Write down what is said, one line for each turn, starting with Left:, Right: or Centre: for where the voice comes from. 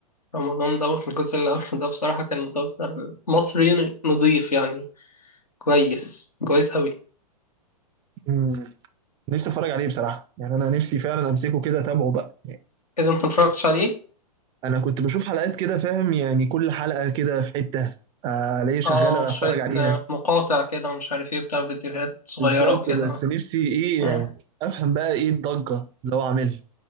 Left: رمضان ده الجزء اللي قبل ده بصراحة كان مسلسل مصري نضيف يعني كويس كويس أوي
Right: مم. نفسي أتفرج عليه بصراحة يعني أنا نفسي فعلا أمسكه كده أتابعه بقى
Left: إذا أنت متفرجتش عليه
Right: انا كنت بشوف حلقات كده فاهم يعني كل حلقه كده في حته آه، الاقي شغاله
Left: اه شوية
Right: اتفرج عليها
Left: آه، مقاطع كده ومش عارف ايه بتاع فيديوهات صغيرة
Right: بالظبط
Left: وكده
Right: بس نفسي ايه
Left: آه.
Right: يعني افهم بقى ايه الضجه اللي هو عاملها